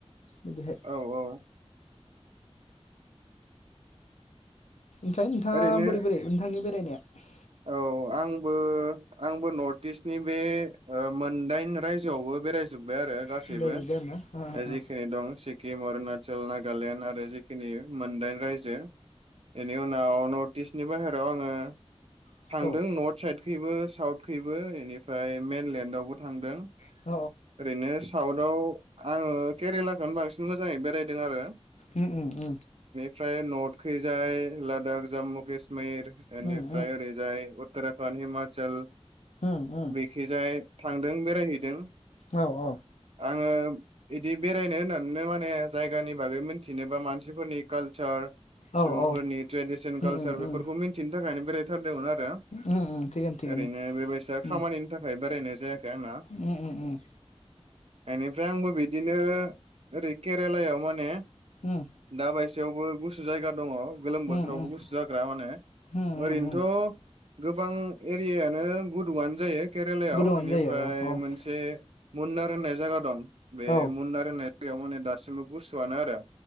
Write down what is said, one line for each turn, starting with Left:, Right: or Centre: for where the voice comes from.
Left: बिदिहाय
Right: औ औ
Left: ओमफ्राय नोंथाङा
Right: ओरैनो
Left: बोरै बोरै नोंथांनि बे रायनाया
Right: औ आंबो आंबो नर्थ इस्टनि बे मोनदाइन रायजोआवबो बेरायजोब जबाय आरो गासैबो
Left: आरो बेरायजोब्बाय आरोना ओ ओ
Right: जिखिनि दं सिक्किम अरुणाचल नागालेण्ड आरो जिखिनि मोनदाइन रायजो बेनि उनाव नर्थ इस्टनि बाहेरायाव आङो
Left: रायजो
Right: थांदों नर्थ साइडखैबो साउथखैबो बेनिफ्राय मेनलेण्डावबो थांदों
Left: मेनलेण्डआवबो थांदों अ
Right: ओरैनो साउथाव आङो केरेलाखौनो बांसिन मोजाङै बेरायदों आरो
Left: उ ओ उ
Right: ओमफ्राय नर्थखैजाय लादाख जाम्मु कशमिर मिर
Left: उम
Right: इनि जाय उतरखणड हिमाचल
Left: उम उम उम
Right: बेखि जाय थांदों बेरायहैदों
Left: औ औ
Right: आङो बिदि बेरायनो होननानैनो माने जायगानि बागै मोनथिनोबा मानसिफोरनि कालचार
Left: औ
Right: सुबुंफोरनि
Left: औ
Right: ट्रेडिसन कालसार
Left: उम उम
Right: बेफोरखौ
Left: उम
Right: मिन्थि थाखायनो बेराय
Left: उम उम थिगानो थिगानो
Right: <unintelligible> ओरैनो बेबायसा खामानिनि
Left: उम
Right: थाखाय बेरायनाय जना
Left: उम उम
Right: बेनिफ्राय आंबो बिदिनो ओरै केरेलायाव माने
Left: उम
Right: दा बायस थेवबो गुसु जायगा दङ गोलोम
Left: उम
Right: बोथोरावबो
Left: उम
Right: गुसु जाग्रा माने
Left: उम
Right: ओरैनो
Left: उम
Right: द' गोबां एरियानो गुदुंआनो जायो केरेलायाव
Left: गुदुङानो
Right: बेनिफ्राय
Left: जायो औ औ
Right: मोनसे मनार होननाय जायगा दं बे
Left: औ
Right: मानार होनाय जायगायाव दासिमबो गुसुआनो आरो